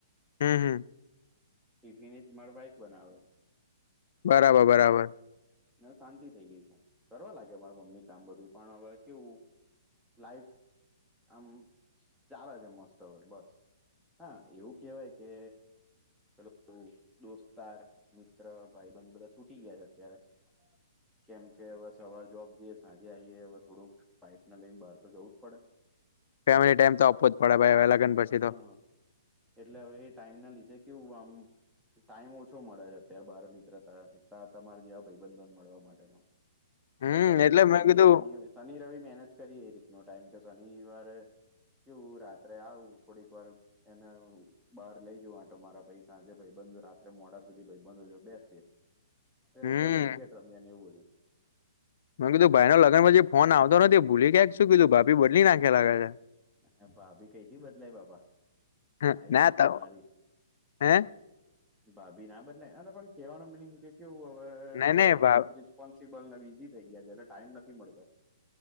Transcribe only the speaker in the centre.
ટિફિન એ મારા બાઈફ બનાવે.
શાંતિ થઈ ગઈ છે. કરવા લાગે માર મમ્મી કે આામ બધું, પણ હવે કેવું લાાઈફ આમ ચાલે છે, મસ્ત અ બસ. હા, એવું કેવાય કે હેલો દોસ્તાર, મિત્ર, ભાઈ બંધ બધા છૂટી ગયા છે અત્યારે. કેમ કે હવે સવાર જોબ જઈએ, સાંજે આઈએ હવે થોડુંક. પાઈપ ના લઈને બહાર તો જવું જ પડે.
હા
એટલે હવે એ ટાઈમ ના લીધે કેવું આમ. ટાઈમ ઓછો મળે છે અત્યારે, બાર નીકળ્યા તારે તમાર જેવા ભાઈબંધોન મળવા માટેનો.
પણ કરી
લઈએ, શનિ
શનિ શનિ રવિ મેનેજ કરીએ એ રીતનો ટાઈમ કે શનિવારે. એવું રાત્રે આવું થોડીક વાર એને. બહાર લઈ જાઉં આંટો મારવા, પછી સાંજે ભાઈબંધ જોડે રાત્રે મોડા સુધી ભાઈબંધો જોદે બેસીએ. અમે
રવિવાર ક્રિકેટ રમ્યા ને, એવું બધું.
હ, ભાભી કઈ થી બદલાય? બાપા,
આઈ
બનશે
મારી.
ભાભી ના બદલાય અને પણ કેવાનું મિનિંગ કે કેવું હવે
લાઈફમાં
થોડાક રિસ્પોન્સિબલ ને બીઝી થઈ ગયા છે, એને ટાઈમ નથી મળતો.